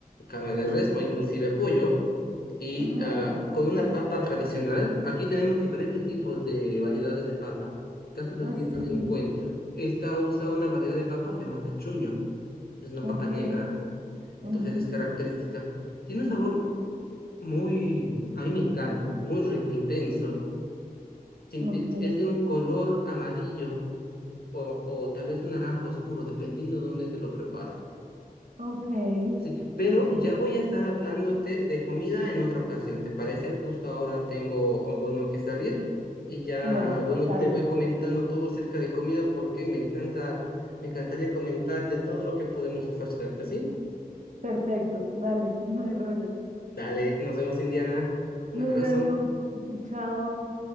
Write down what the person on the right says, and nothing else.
Ah,
ah,
sí.
Ah, sí.
Ok.
ujú,
Ok.
Ok.
Ok.
Bueno,
dale.
Perfecto. Dale. <laughs> No hay rollo.
Nos
vemos. <laughs> Chao.